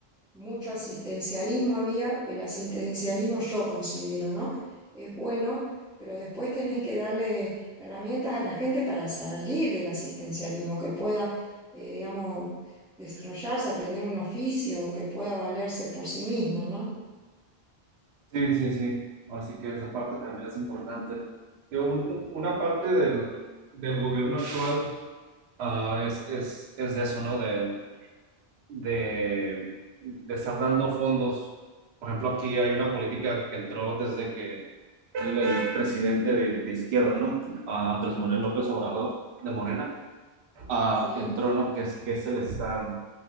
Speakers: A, in the centre; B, on the right.
A: mucho asistencialismo había, el asistencialismo yo considero, ¿no? Es bueno, pero después tenés que darle herramientas a la gente para salir del asistencialismo, que pueda, eh, digamos, desarrollarse, aprender un oficio, que pueda valerse por sí mismo, ¿no?
B: Sí, sí, sí. Así que esa parte también es importante. Que un- un- una parte del, del gobierno actual ah, es, es, es de eso, ¿no? De, de, de estar dando fondos. Por ejemplo, aquí hay una política que entró desde que el, el presidente de, de izquierda, ¿no? Ah, Andrés Manuel López Obrador, de Morena, ah,
A: ¿Sí?
B: entró, ¿no? Que es, que es el estar